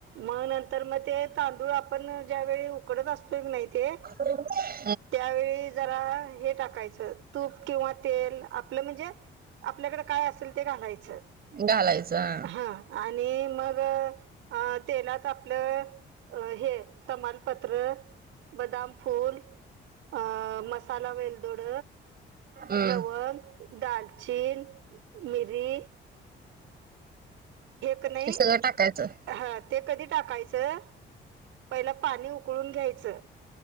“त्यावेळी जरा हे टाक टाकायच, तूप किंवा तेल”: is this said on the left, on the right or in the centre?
Right